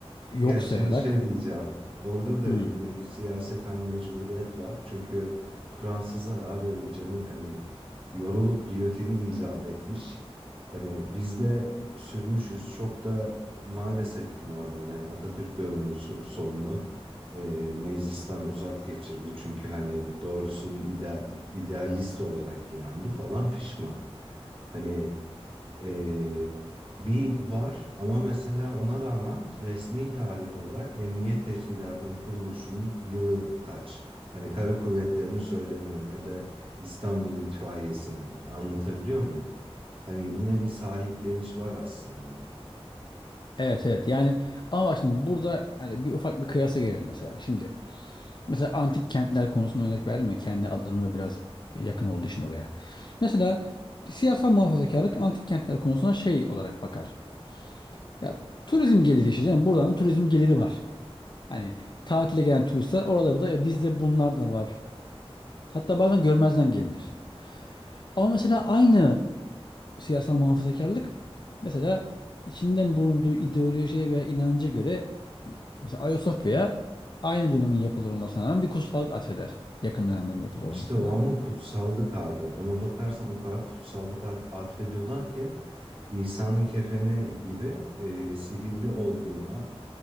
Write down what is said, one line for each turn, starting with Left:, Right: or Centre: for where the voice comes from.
Left: yok
Right: Ya şimdi
Left: sayarak
Right: şey diyeceğim. Orada da
Left: "Hmm,
Right: yine bir siyaseten mecburiyet var. Çünkü Fransızlar abi canı hani yorulup giyotini icat etmiş. Hani bizde sürmüşüz çok da maalesef ki normal. Hani Atatürk döneminin so- sonunu e, meclisten uzak geçirdi. Çünkü hani doğrusunun ide- idealist olarak inandı falan fişman. Hani ee, bir var ama mesela ona rağmen resmi tarih olarak Emniyet Teşkilatı'nın kuruluşunun yılı kaç? Hani kara kuvvetlerini söylemiyorum ya da İstanbul İtfaiyesi'nin. Anlatabiliyor muyum? Hani yine bir sahipleniş var aslında.
Left: evet evet yani ama bak şimdi burada hani bir ufak bir kıyasa girelim mesela şimdi Mesela antik kentler konusunda örnek verdim ya kendi alanımla biraz yakın olduğu için oraya. Mesela siyasal muhafazakarlık antik kentler konusuna şey olarak bakar. Ya turizm geliri işte canım buradan turizm geliri var. Hani tatile gelen turistler oraları da "E, bizde bunlar da var. Hatta bazen görmezden gelinir. Ama mesela aynı siyasal muhafazakarlık mesela içinden bulunduğu ideolojiye veya inanca göre mesela Ayasofya'ya aynı dönemin yapılır olmasına rağmen bir kutsallık atfeder. Yakın dönemlerin yapılır olmasına
Right: İşte o ama
Left: rağmen.
Right: kutsallık abi. Ona bakarsan o kadar kutsallık a- atfediyorlar ki İsa'nın kefeni gibi e, sihirli olduğuna,